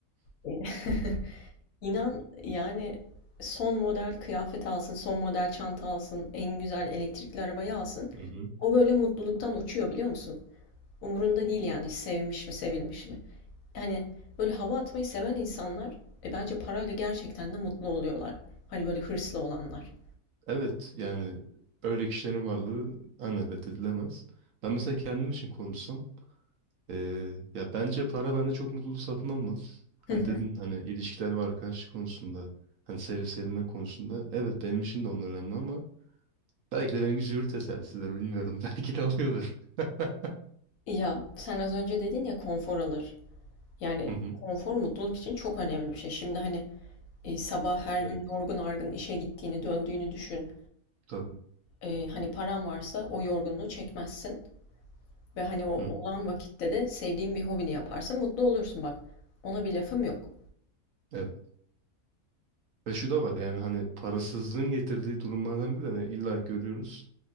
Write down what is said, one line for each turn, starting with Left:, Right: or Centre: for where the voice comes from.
Left: E, <laughs> İnan yani son model kıyafet alsın, son model çanta alsın, en güzel elektrikli arabayı alsın.
Right: Hı hı.
Left: O böyle mutluluktan uçuyor biliyor musun? Umurunda değil yani sevmiş mi, sevilmiş mi? Yani böyle hava atmayı seven insanlar e, bence parayla gerçekten de mutlu oluyorlar. Hani böyle hırslı olanlar.
Right: Evet yani öyle kişilerin varlığı hani reddedilemez. Ben mesela kendim için konuşsam eee, ya bence para bende çok mutluluk satın almaz.
Left: Hı
Right: Hani
Left: hı.
Right: dedin hani ilişkiler ve arkadaşlık konusunda hani sevip sevilme konusunda evet benim için de onlar önemli ama belki de benimki züğürt tesellisidir bilmiyorum. <laughs> Belki de alıyordur. <laughs>
Left: Ya sen az önce dedin ya konfor alır. Yani
Right: Hı hı.
Left: konfor mutluluk için çok önemli bir şey. Şimdi hani Eee, sabah her
Right: Evet.
Left: gün yorgun argın işe gittiğini, döndüğünü düşün.
Right: Tabii.
Left: Eee, hani paran varsa o yorgunluğu çekmezsin ve hani o
Right: Hı hı.
Left: olan vakitte de sevdiğin bir hobini yaparsın, mutlu olursun bak. Ona bir lafım yok.
Right: Evet. Ve şu da var yani hani parasızlığın getirdiği durumlardan biri de hani illa görüyoruz.